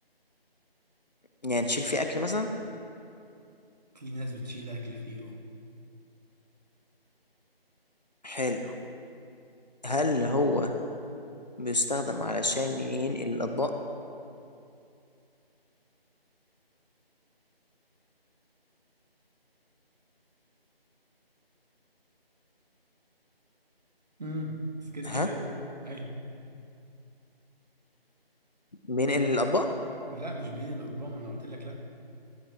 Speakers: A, on the left (about 45°); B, on the right (about 40°).
A: يعني تشيل فيه أكل مثلا
B: <laughs> في ناس بتشيل اكل فيه اه
A: حلو هل هو بيستخدم علشان ينقل الأطباق
B: امم سكت
A: ها
B: ليه ايوه
A: بينقل الأطباق
B: لا مش بين الاطباق ما انا قلت لك لا